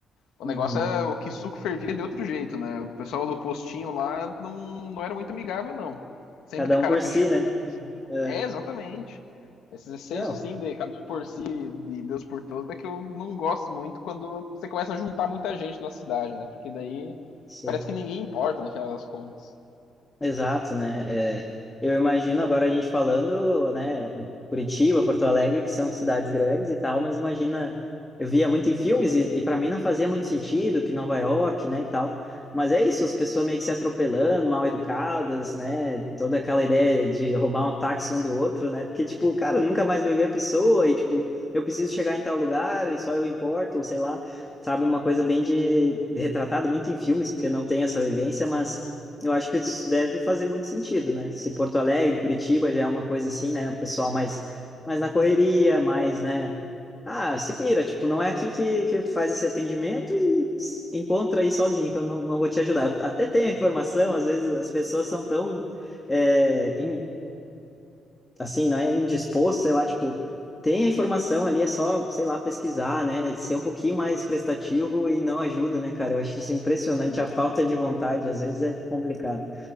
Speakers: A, on the left (about 85°); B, on the left (about 15°).
A: O
B: Uhum.
A: negócio é o que suco fervia de outro jeito, né? O pessoal do postinho lá não, não era muito amigável, não. Sempre
B: Cada
A: de cara
B: um por
A: fechada,
B: si, né?
A: assim.
B: É.
A: É, exatamente. Esse senso,
B: Não,
A: assim, de cada um por si, de Deus por todos, é que eu não gosto muito quando você começa a juntar muita gente na cidade, né? Porque daí
B: sei.
A: parece que ninguém importa, no final das contas.
B: Exato, né? É, eu imagino agora a gente falando, né, Curitiba, Porto Alegre, que são cidades grandes e tal, mas imagina, eu via muito em filmes e, e para mim não fazia muito sentido que Nova York, né, e tal. Mas é isso, as pessoas meio que se atropelando, mal educadas, né? Toda aquela ideia de roubar um táxi um do outro, né? Porque tipo, cara, eu nunca mais vou ver a pessoa e tipo, eu preciso chegar em tal lugar e só eu importo, ou sei lá, sabe, uma coisa bem de retratado muito em filmes, porque não tem essa vivência, mas eu acho que isso deve fazer muito sentido, né? Se Porto Alegre, Curitiba já é uma coisa assim, né? O pessoal mais, mais na correria, mais, né? Ah, se vira, tipo, não é aqui que, que tu faz esse atendimento e s- encontra aí sozinho, que eu não, não vou te ajudar. Eu até tenho a informação, às vezes as pessoas são tão, é, in- assim, não é indispostas, sei lá, tipo, tem a informação ali, é só, sei lá, pesquisar, né? Ser um pouquinho mais prestativo e não ajuda, né, cara? Eu acho isso impressionante,
A: Sim.
B: a falta de vontade, às vezes é complicado.